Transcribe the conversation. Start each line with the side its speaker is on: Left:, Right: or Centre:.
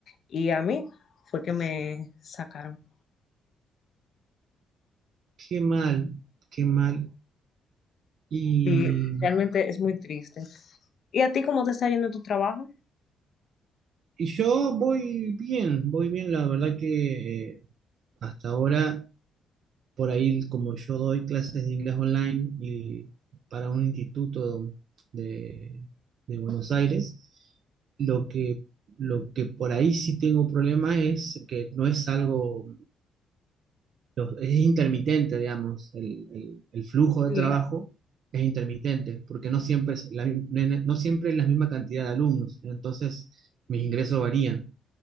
Left: Y a mí fue que me sacaron.
Right: qué mal, qué mal. Y,
Left: Sí, realmente es muy triste. ¿Y a ti cómo te está yendo en tu trabajo?
Right: y yo voy bien, voy bien, la verdad que eh, hasta ahora, por ahí, como yo doy clases de inglés online y para un instituto de, de Buenos Aires, lo que, lo que por ahí sí tengo problema es que no es algo los- es intermitente, digamos, el, el- el flujo de
Left: Sí,
Right: trabajo es intermitente, porque no siempre es la, mi- ne- no siempre es la misma cantidad de alumnos, entonces mis ingresos varían.